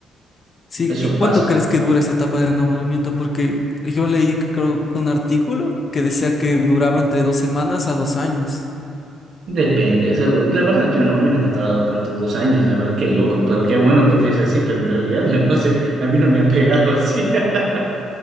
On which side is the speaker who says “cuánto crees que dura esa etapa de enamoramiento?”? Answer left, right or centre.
Left